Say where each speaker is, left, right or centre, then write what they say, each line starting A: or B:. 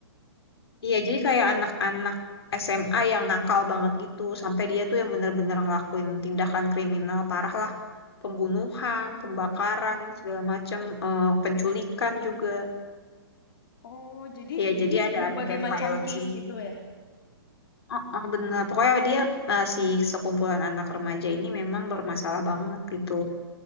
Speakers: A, on the left; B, on the left.
A: Iya, jadi kayak anak-anak SMA yang nakal banget gitu, sampai dia tuh yang bener-bener ngelakuin tindakan kriminal parah lah, pembunuhan, pembakaran, segala macem, eh, penculikan juga.
B: Oh jadi
A: Ya,
B: jadi
A: jadi ada
B: berbagai
A: adegan
B: macam
A: violence
B: case
A: ini.
B: gitu ya.
A: Oh, oh, bener. Pokoknya dia eh, si sekumpulan anak remaja ini memang bermasalah banget gitu.